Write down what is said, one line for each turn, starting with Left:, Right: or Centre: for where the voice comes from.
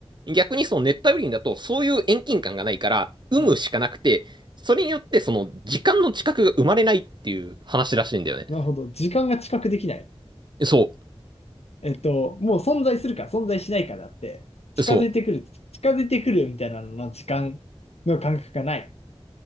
Right: 逆にその熱帯雨林だと、そういう遠近感がないから、有無しかなくて、
Left: うん。
Right: それによってその時間の近くが生まれないっていう話らしいんだよね。
Left: なるほど。時間が知覚できない。
Right: そ
Left: えーっと、もう存在するか存在しないかだって、近づいてくる、
Right: う、そ
Left: 近づいてくるみたいなのの時間の感覚がない。